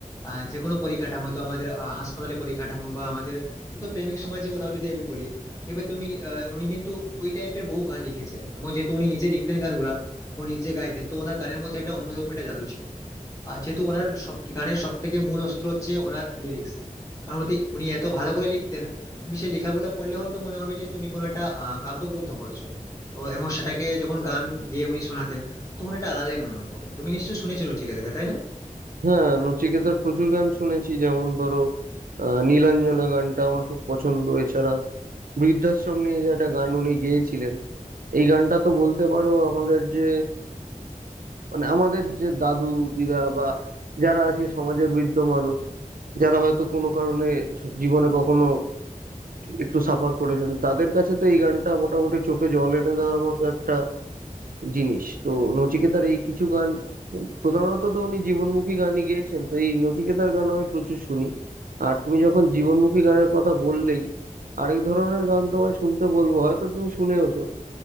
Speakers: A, on the left (about 25°); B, on the right (about 85°).
A: আহ যে কোনো পরিকাঠামো তো আমাদের আহ, হাসপাতালে পরিকাঠামো বা আমাদের হয়তো প্রেমিক সমাজের কথাও যদি আমি বলি দেখবে তুমি আহ, উনি কিন্তু ওই টাইপের বহু গান লিখেছেন এবং যেহেতু উনি নিজে লিখতেন গানগুলা এবং নিজে গাইতেন তো ওনার গানের মধ্যে একটা অন্যরকম একটা জাদু ছিল আর যেহেতু ওনার সব গানের সব থেকে মূল অস্ত্র হচ্ছে ওনার লিরিক্স কারণ হচ্ছে উনি এত ভালো করে লিখতেন তুমি সেই লেখাগুলো পড়লে হয়তো মনে হবে যে তুমি কোনো একটা আহ, কাব্যগ্রন্থ পড়ছো তো এবং সেটাকে যখন গান গেয়ে উনি শোনাতেন তখন এটা আলাদাই মনে হতো তুমি নিশ্চয়ই শুনেছো নচিকেতাকে তাই না
B: হ্যাঁ নচিকেতার প্রচুর গান শুনেছি যেমন ধরো আহ, নীলাঞ্জনা গানটা আমার খুব পছন্দ এছাড়া বৃদ্ধাশ্রম নিয়ে যে একটা গান উনি গেয়েছিলেন এই গানটা তো বলতে পারো আমাদের যে মানে আমাদের যে দাদু দিদা বা যারা আছে সমাজে বৃদ্ধ মানুষ যারা হয়তো কোনো কারণে স- জীবনে কখনো একটু সাফার করেছেন তাদের কাছে তো এই গানটা মোটামুটি চোখে জল এনে দেওয়ার মতো একটা জিনিস তো নচিকেতার এই কিছু গান প্রধানত তো উনি জীবনমুখী গানই গেয়েছেন তো এই নচিকেতার গানও আমি প্রচুর শুনি আর তুমি যখন জীবনমুখী গানের কথা বললেই আরেক ধরনের গান তোমায় শুনতে বলবো হয়তো তুমি শুনেওছো